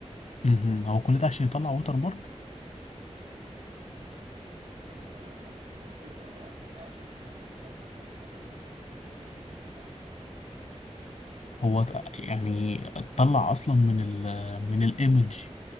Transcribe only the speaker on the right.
آه لا هو كل ده اه كل ده عشان الهايبر ده عشان ده هايبر ده عشان دي سي تي ودي دبليو تي مع بعض